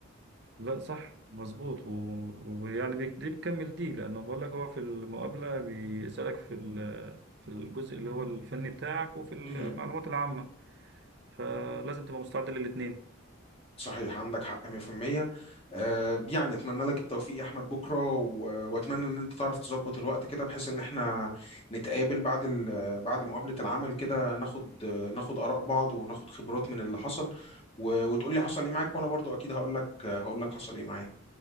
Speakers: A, on the right; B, on the left.
A: لا صح مظبوط و- ويعني بيك- دي بتكمل دي لأنه بقول لك هو في المقابلة بيسألك في ال- في الجزء اللي هو الفني بتاعك وفي المعلومات
B: ايه؟
A: العامة فلازم تبقى مستعد للاتنين
B: صحيح عندك حق 100% آه، يعني اتمنى لك التوفيق يا احمد بكره و- واتمنى ان انت تعرف تظبط الوقت كده بحيث ان احنا نتقابل بعد ال- بعد مقابله العمل كده ناخد ناخد اراء بعض وناخد خبرات من اللي حصل و- وتقول لي حصل ايه معاك وانا برضو اكيد هقول لك هقول لك حصل ايه معايا